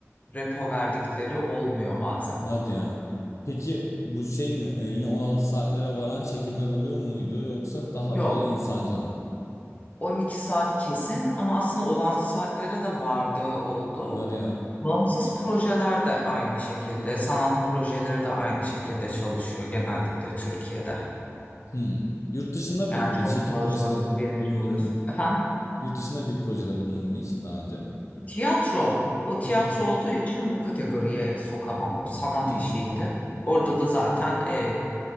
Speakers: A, on the left (about 30°); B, on the left (about 80°).
A: repo verdikleri olmuyor bazen.
B: Hadi ya. Peki bu şey mi? E, yine 16 saatlere varan çekimler oluyor muydu yoksa daha
A: Yok.
B: böyle insancıl mı?
A: 12 saat kesin ama aslında 16 saatlere de vardığı oldu.
B: Hadi ya.
A: Bağımsız projeler de aynı şekilde,
B: <laughs>
A: sanat projeleri de aynı şekilde çalışıyor genellikle Türkiye'de.
B: Hmm. Yurt dışında
A: Yani
B: peki
A: çok
B: bir çekim
A: fazla
B: projesinde
A: verici
B: bulundun
A: oluyorsun.
B: mu?
A: Efendim,
B: Yurt dışında bir projede bulundun mu hiç daha önce?
A: tiyatro. O tiyatro
B: Mhm,
A: olduğu için bu kategoriye sokamam. O sanat
B: Hmm.
A: işiydi. Orada da zaten e,